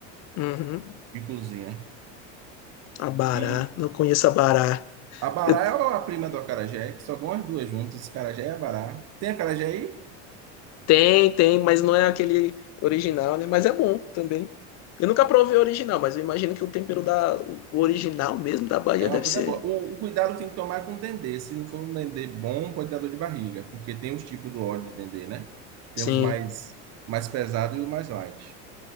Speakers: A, on the left (about 50°); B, on the right (about 45°).
A: Uhum.
B: e cozinham.
A: A bará,
B: E
A: não conheço a bará.
B: a bará
A: Eu-
B: é a prima do acarajé, que só vão as duas juntas, acarajé e abará. Tem acarajé aí?
A: Tem, tem, mas não é aquele original, né? Mas é bom também. Eu nunca provei o original, mas eu imagino que o tempero da o original mesmo da Bahia
B: É
A: deve
B: uma coisa
A: ser.
B: boa. O, o cuidado que tem que tomar é com o dendê. Se não for um dendê bom, pode dar dor de barriga, porque tem os tipos do óleo de dendê, né? Temos
A: Sim.
B: mais mais pesado e o mais light.